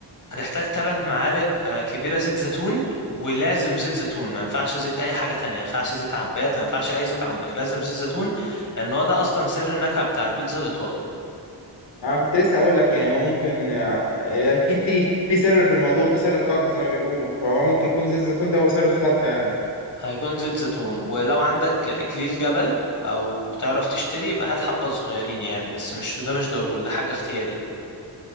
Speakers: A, on the left; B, on the left.
A: هتحتاج ثلاث معالق آه، كبيره زيت زيتون ولازم زيت زيتون ما ينفعش زيت اي حاجه تانية ما ينفعش زيت عباد ما ينفعش اي زيت عندك لازم زيت زيتون لان هو ده اصلا سر النكهه بتاع البيتزا الايطالي
B: أنا كنت لسه أقول لك يعني هو ممكن آه، أكيد في في سر في الموضوع في سر الخلطة زي ما بيقولوا فهو ممكن يكون زيت الزيتون ده هو سر الخلطة يعني
A: هيكون زيت زيتون ولو عندك اكليل جبل او تعرف تشتري يبقى هات حبة صغيرين يعني بس مش ده مش ضروري ده حاجة اختياري